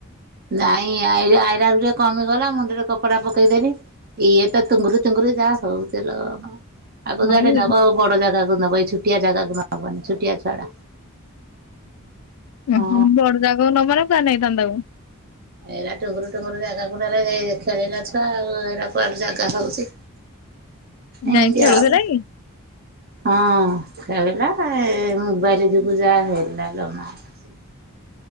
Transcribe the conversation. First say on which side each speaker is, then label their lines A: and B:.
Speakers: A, on the right; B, on the left.
A: ନାଇଁ ଆଇରା ଗୁ କମିଗଲା ମୁଣ୍ଡରେ କପଡା ପକେଇଦେଲି ଇଏ ତ ତୁଙ୍ଗୁରି ତୁଙ୍ଗୁରି ଯା ହଉଥିଲା ଆଗ
B: ହଇ
A: ଯୁଆଡେ ନବ ବଡ ଜାଗାକୁ ନବ ଏଇ ଛୋଟିଆ ଜାଗାକୁ ନବନି ଛୋଟିଆ ଛୁଆଟା।
B: ଉଁ
A: ହଁ।
B: ହୁଁ ବଡଦାଗ ନ ମାନ ନା ନାଇଁ। ତାନ୍ଦାଉଁ।
A: ଏଇଟା ଟୁଙ୍ଗୁରୁ ଟୁଙ୍ଗୁରୁ ଜାଗା ଗୁଡାରେ ଖେଳିଲା ଛୁଆ ଆଉ ଏଇଟା କୁଆଡ ଜାଗା ତା ହଉଛି। ଏମିତି
B: ନାଇଁ ଖେଳୁଥିଲା
A: ଆଉ
B: କି?
A: ହଁ ଖଳିଲା ଏ ମୁବାଇଲ ଯକୁୁଜା ହେଲା ଲୋ ମାଆ। ସେ